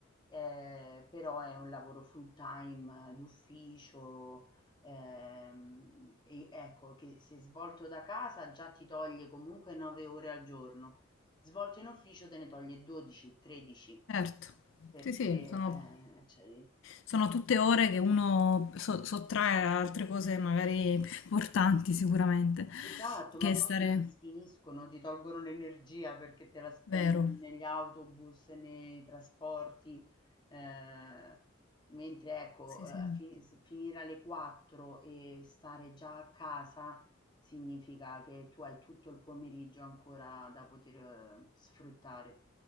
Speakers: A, on the left; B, on the left.
A: ehm, però è un lavoro full time eh, d'ufficio, ehm, e ecco che se svolto da casa già ti toglie comunque 9 ore al giorno, svolto in ufficio te ne toglie 12, 13,
B: certo.
A: perché
B: Sì, sì, sono,
A: eh, cioè,
B: sono tutte ore che uno so- sottrae a altre cose magari <laughs> più importanti sicuramente,
A: Esatto,
B: che
A: ma
B: stare...
A: poi che ti sfiniscono, ti tolgono l'energia perché te la spendi
B: Vero,
A: negli autobus, nei trasporti, eh, mentre ecco,
B: sì, sì.
A: eh, fi- se- finire alle 4 e stare già a casa significa che tu hai tutto il pomeriggio ancora da poter, eh, sfruttare.